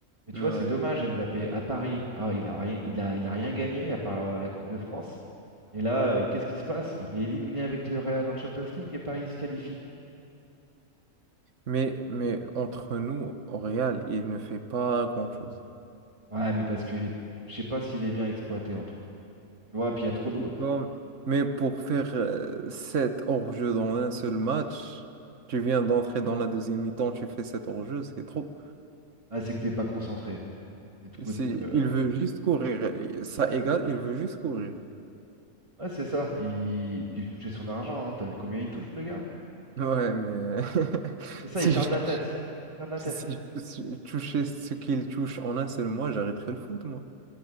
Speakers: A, on the right; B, on the right.
A: Mais tu
B: Ouais.
A: vois, c'est dommage, Mbappé, à Paris, ah, il a rien, il a, il a rien gagné à part euh, la Coupe de France. Et là, euh, qu'est-ce qui se passe? Il est éliminé avec le Real en Champions League et Paris se qualifie.
B: Mais, mais entre nous, au Real, il ne fait pas grand-chose.
A: Ouais, mais parce que est, je sais pas s'il est bien exploité entre eux. Tu vois, puis il y a trop de.
B: Je sais pas, bon. mais pour faire euh, sept hors-jeu dans un seul match, tu viens d'entrer dans la deuxième mi-temps, tu fais sept hors-jeu, c'est trop.
A: Ah, c'est que t'es pas concentré. C'est tout.
B: C'est,
A: C'est que.
B: il veut juste courir. Ça égale, il veut juste courir.
A: Ouais, c'est ça. Il... Puis il touchait son argent, hein. T'as vu combien il touche, le gars?
B: Ouais, mais <laughs>
A: C'est ça,
B: si
A: ils perdent
B: je
A: la
B: touche-
A: tête. Ils perdent la
B: si
A: tête.
B: je touche- touchais ce qu'il touche en un seul mois, j'arrêterais le foot, moi.